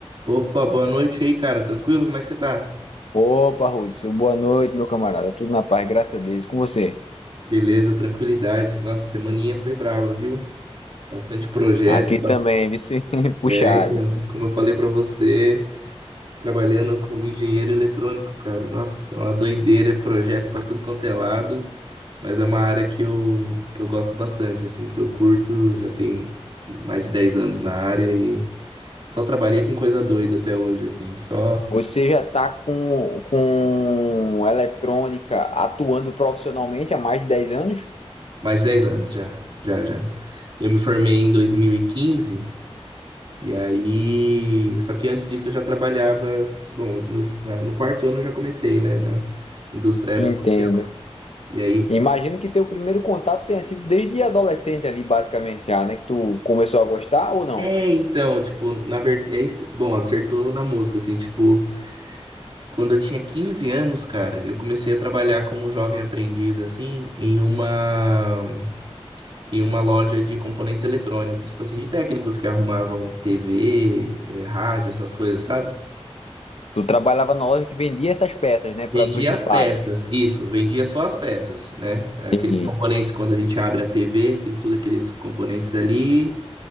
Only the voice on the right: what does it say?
Opa, boa noite aí, cara. Tranquilo? Como é que você tá?
Beleza, tranquilidade. Nossa, semaninha foi brava, viu? Bastante projeto.
É, então, como eu falei pra você, trabalhando como engenheiro eletrônico, cara. Nossa, é uma doideira, é projeto pra tudo quanto é lado. Mas é uma área que eu, que eu gosto bastante, assim, que eu curto. Já tem mais de 10 anos na área e só trabalhei com coisa doida até hoje, assim. Só
mais de 10 anos já, já, já. Eu me formei em 2015. E aí, só que antes disso eu já trabalhava, bom, no, na- no quarto ano eu já comecei, né, na indústria aeroespacial.
E aí,
é, então, tipo, na verdade, é, isso- bom, acertou na mosca, assim, tipo, quando eu tinha 15 anos, cara, eu comecei a trabalhar como jovem aprendiz, assim, em uma, em uma loja de componentes eletrônicos, tipo assim, de técnicos que arrumavam TV, eh, rádio, essas coisas, sabe?
Vendia
as peças, isso, vendia só as peças, né? Aqueles
componentes, quando a gente abre a TV, tem tudo aqueles componentes ali,